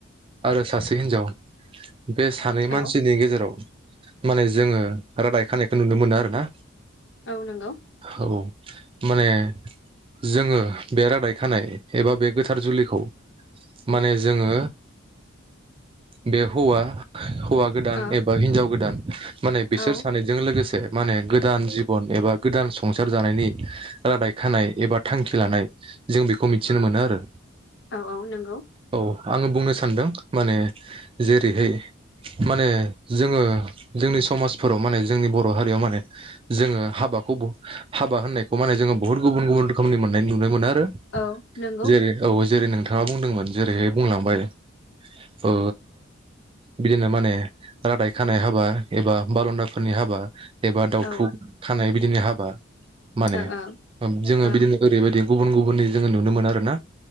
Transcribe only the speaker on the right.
आरो सासे हिनजाव बे सानै मानसिनि
गेजेराव माने जोङो रादाय खानायखौ नुनो मोनो आरो ना।
औ माने जोङो बे रादाय खानाय एबा बे गोथार जुलिखौ माने जोङो बे हौवा हौवा गोदान
एबा हिनजाव गो दान माने बिसोर
सानैजों लोगोसे माने गोदान जिबन एबा गोदान संसार जानायनि रादाय खानाय एबा थांखि लानाय जों बेखौ मिथिनो मोनो आरो।
औ आङो बुंनो सानदों माने जेरैहाय माने जोङो जोंनि समाजफोराव माने जोंनि बर' हारियाव माने जोङो हाबाखौ ब हाबा होननायखौ माने जोङो बुहुत गुबुन गुबुन रोखोमनि मोननाय नुनो मोनो आ रो।
जेरै औ जेरै नों थाङा बुंदोंमोन जेरैहाय बुंलांबाय ओ बिदिनो माने रादाय खानाय हाबा एबा बालन्दाफोरनि हाबा एबा दाउथु
खानाय बिदिनो हाब बा माने
जोङो
बिदिनो ओरैबायदि गुबुन गुबुननि जोङो नुनो मोनो आरो ना।